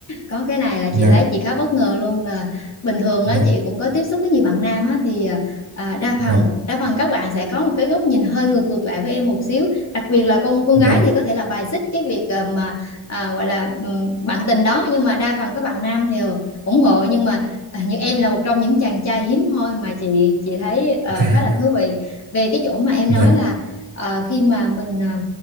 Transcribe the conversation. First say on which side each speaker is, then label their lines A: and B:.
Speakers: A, on the left; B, on the right.
A: có cái này là
B: dạ
A: chị thấy chị khá bất ngờ luôn là bình thường
B: dạ
A: á chị cũng có tiếp xúc với nhiều bạn nam á thì à, à, đa
B: dạ
A: phần đa phần các bạn sẽ có một cái góc nhìn hơi ngược ngược lại với em một xíu đặc biệt là con con
B: dạ
A: gái thì có thể là bài xích cái việc à, mà à, gọi là ừm, bạn tình đó nhưng mà đa phần các bạn nam thì ủng hộ nhưng mà à, như em là một trong những chàng trai hiếm hoi mà chị chị thấy ờ,
B: dạ
A: khá là thú vị về cái chỗ mà em
B: dạ
A: nói là ờ, khi mà mình à,